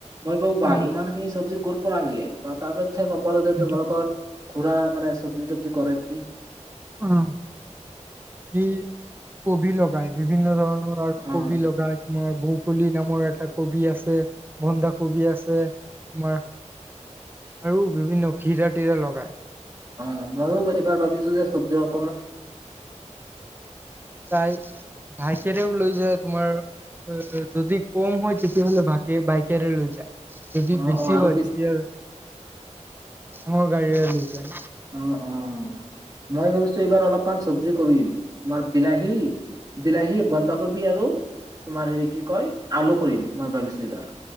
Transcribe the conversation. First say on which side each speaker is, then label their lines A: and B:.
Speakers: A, on the right (about 30°); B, on the right (about 15°).
A: মই বাৰু ইমান।
B: উম
A: ইমান খিনি চব্জি কৰ পৰা আনিলে বা তাৰ পা চাই গম পালো যে
B: সেইটো।
A: তোমালোকৰ খুৰা মানে চব্জি তব্জি কৰে বুলি
B: অ' সি কবি লগাই বিভিন্ন ধৰণৰ
A: অ
B: কবি লগাই তোমাৰ বহু। কলি নামৰ এটা কবি আছে বন্ধা কবি আছে তোমাৰ আৰু বিভিন্ন খীৰা তিৰা লগাই।
A: অ' ময়ো এইবাৰ ভাবিচিলো যে <inaudible>
B: তাই <inaudible> লৈ যায় তোমাৰ যদি কম হয় তেতিয়া হ'লে বাকে বাইকৰে লৈ যায়। যদি
A: অ
B: বেছি
A: অ আৰু
B: হয়, তেতিয়া ডাঙৰ গাড়ীৰে লৈ যায়।
A: অ', অ', মই ভাবিছোঁ এইবাৰ অলপমান চবজি কৰিম। তোমাৰ বিলাহী, বিলাহী, বন্ধাকবি আৰু তোমাৰ হেৰি কি কয় আলু কৰিম মই ভাবিছোঁ এইবাৰ।